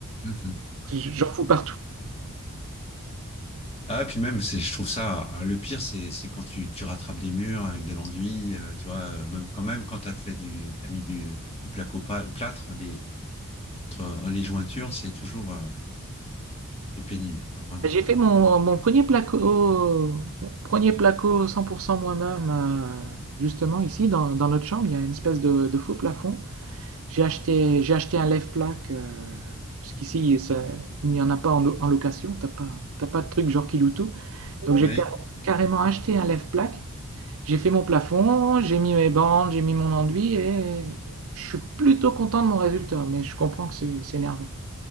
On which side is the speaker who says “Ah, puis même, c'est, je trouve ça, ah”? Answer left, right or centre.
Left